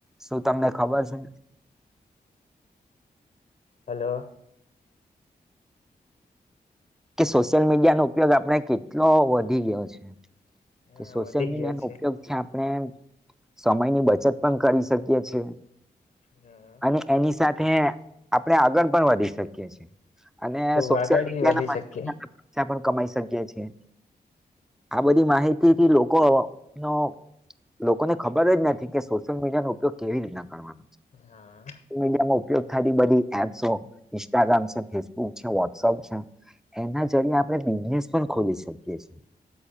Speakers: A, in the centre; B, on the left.
A: શું તમને ખબર છે
B: હલો
A: કે સોશિયલ મીડિયા નો ઉપયોગ આપણે કેટલો વધી ગયો છે
B: હા
A: કે સોશિયલ
B: વધી
A: મીડિયા
B: ગયો
A: નો
B: છે
A: ઉપયોગથી આપણે સમય ની બચત પણ કરી શકીએ છીએ.
B: હા
A: અને એની સાથે આપડે આગળ પણ વધી શકીએ છે. અને
B: ખુબ
A: સોશિયલ
B: આગળ
A: મીડિયાના
B: બી વધી શકીએ
A: <unintelligible> પૈસા પણ કમાઈ શકીએ છીએ. આ બધી માહિતીથી લોકોનો, લોકોને ખબર જ નથી, કે સોશિયલ મીડિયાનો ઉપયોગ કેવી રીતના
B: હા
A: મીડિયાનો ઉપયોગ આવી બધી એપ્સો, ઇન્સ્ટાગ્રામ છે, ફેસબુક છે, વોટ્સપ છે એના આપણે બિઝનેસ પણ ખોલી શકીએ છીએ,